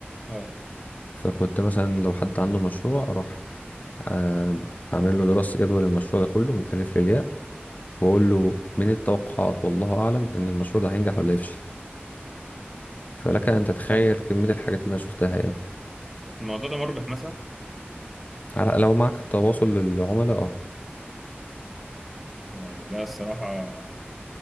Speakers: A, in the centre; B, on the left (about 40°).
A: اه
B: فكنت مثلا لو حد عنده مشروع اروح آه اعمل له دراسة جدوى للمشروع ده كله من الف للياء واقول له من التوقعات والله اعلم ان المشروع ده هينجح ولا يفشل فلك ان تتخيل
A: طب
B: كمية الحاجات اللي انا شفتها يعني
A: الموضوع ده مربح مثلا
B: على لو معك تواصل للعملاء اه
A: يا لهوي لا الصراحة